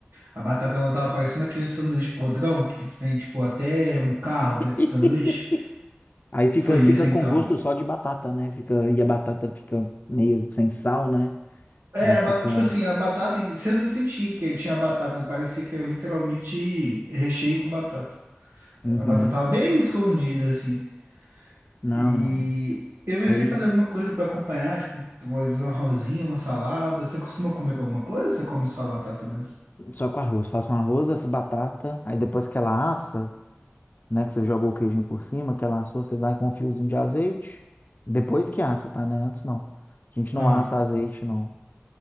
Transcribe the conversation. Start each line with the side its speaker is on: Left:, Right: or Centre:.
Right: a batata ela tava parecendo aquele sanduíche podrão que vem tipo até um carro
Left: <laughs>
Right: dentro do sanduíche.
Left: Aí fica,
Right: Foi
Left: fica
Right: isso então.
Left: com gosto só de batata, né? Fica, e a batata fica meio sem sal, né?
Right: É,
Left: Aí
Right: a
Left: fica.
Right: ba- tipo assim, a batata, você não sentia que tinha batata, né? Parecia que era literalmente recheio com batata.
Left: Uhum.
Right: A batata tava bem escondida, assim.
Left: Não,
Right: E
Left: não.
Right: eu pensei
Left: Aí
Right: em fazer alguma coisa pra acompanhar, tipo, às vezes um arrozinho, uma salada. Você costuma comer com alguma coisa ou você come só a batata mesmo?
Left: só com arroz. Faço um arroz, essa batata. Aí depois que ela assa, né? Que você jogou o queijinho por cima, que ela assou, você vai com um fiozinho de azeite. Depois que assa, tá? Né? Antes não. A gente
Right: Aham,
Left: não assa azeite, não.